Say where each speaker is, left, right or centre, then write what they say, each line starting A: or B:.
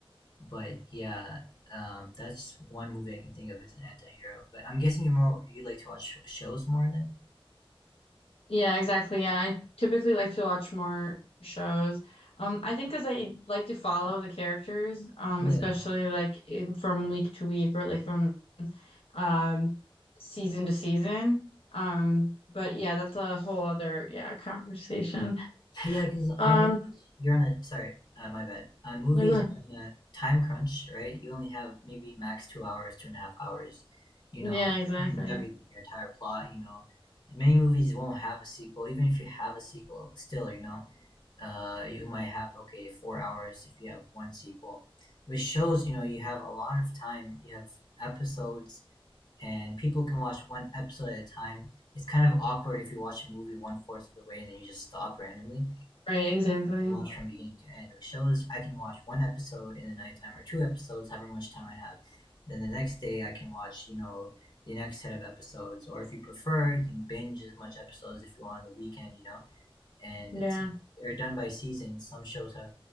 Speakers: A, on the left; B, on the left.
A: but yeah, um, that's one movie I can think of as an anti-hero. But I'm guessing you're more you like to watch sh- shows more than
B: Yeah, exactly. Yeah, I typically like to watch more shows. Um, I think because I like to follow the characters, um,
A: yeah,
B: especially like in, from week to week or like from um season to season. Um, but yeah, that's a whole other yeah conversation.
A: <laughs> yeah. Because
B: Um,
A: on movies you're on a sorry, uh, my bad. On movies
B: no good.
A: you're on a time crunch, right? You only have maybe max two hours, two and a half hours. You
B: Yeah,
A: know,
B: exactly.
A: in everything, your entire plot. You know, many movies won't have a sequel. Even if you have a sequel, still, you know, uh, you might have okay four hours if you have one sequel which shows you know you have a lot of time you have episodes and people can watch one episode at a time it's kind of awkward if you watch a movie one fourth of the way and then you just stop randomly
B: Right, exactly.
A: I watch from beginning to end which shows i can watch one episode in the nighttime or two episodes however much time i have then the next day i can watch you know the next set of episodes or if you prefer you can binge as much episodes if you want on the weekend you know and
B: Yeah,
A: it's- they're done by season. Some shows have